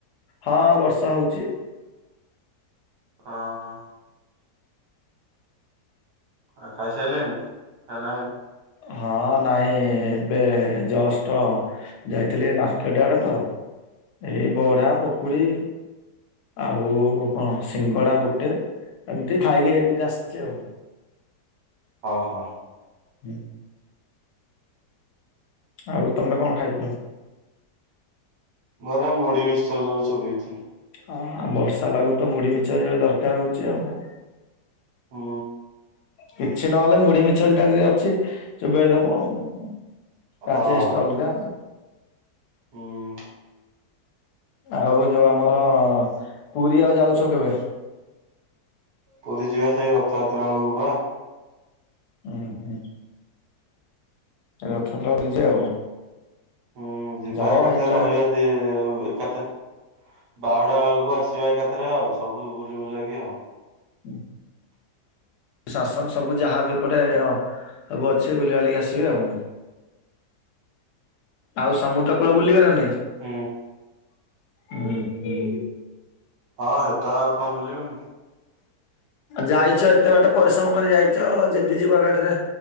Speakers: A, on the left; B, on the right.
A: ହଁ ବର୍ଷା ହଉଛି।
B: ଅଁ ହଁ। ଆ ଖାଇସାରିଲେଣି ନା ନାଇଁ?
A: ହଁ ନାଇଁ ଏବେ ଜଷ୍ଟ ଯାଇଥିଲି ମାର୍କେଟ ଆଡେ ତ ଏଇ ବରା ପକୁଡ଼ି ଆଉ କଣ ସିଙ୍ଗଡା ଗୋଟେ ଏମିତି ଖାଇକି ଦିଟା ଆସିଛି ଆଉ
B: ଓହୋ।
A: ହୁଁ। ଆଉ ତମେ କଣ ଖାଇଥିଲ?
B: ବରା ମୁଢ଼ି ମିକ୍ସଚର ଯଉ ଚୋବେଇଥିଲି।
A: ହଁ ବର୍ଷା ପାଗ ତ ମୁଢି ମିକ୍ସଚର ଯୋଉଟା ଦରକାର ହଉଛି ଆଉ।
B: ହୁଁ।
A: କିଛି ନହେଲେ ମୁଢି ମିକ୍ସଚର ଦିଟା ଯଦି ଅଛି ଚୋବେଇ ଦବ ଆଉ। ତା
B: ହଁ
A: ଟେଷ୍ଟ ଅଲଗା।
B: ହୁଁ।
A: ଆଉ ଯୋଉ ଆମର ପୁରୀ ଆଉ ଯାଉଛ କେବେ?
B: ପୁରୀ ଯିବା ସେଇ ରଥଯାତ୍ରା ବେଳକୁ ପରା।
A: ଉଁ ହୁଁ। ରଥ ଗ୍ରହ କୁ ଯିବା ଆଉ।
B: ହୁଁ ଯିବା
A: ଯାଅ
B: ଏକାଥରେ
A: ଏଞ୍ଜୟ
B: ରହିବା ଦି ଏ ଉ ଏକାଥ ବାହୁଡା ବେଳକୁ ଆସିବା ଏକାଥରେ ଆଉ ସବୁ ବୁଲି ବୁଲା କିି ଆଉ
A: ହୁଁ <inaudible> ଶାସନ ସବୁ ଯାହା ବି ଏପଟେ ଅ ସବୁ ଅଛି ବୁଲିବାଲିକି ଆସିବେ ଆଉ ଆଉ ସମୁଦ୍ର କୂଳ ବୁଲିବେ ନା ନାଇଁ?
B: ହୁଁ।
A: ହୁଁ ହୁଁ।
B: ହଁ ହେଟା ଆଉ କଣ ବୁଲିବୁନି?
A: ଯାଇଛ ଏତେ ବାଟ ପରିଶ୍ରମ କରି ଯାଇଛ ଯଦି ଯିବୁ ଆମେ ଏଥରେ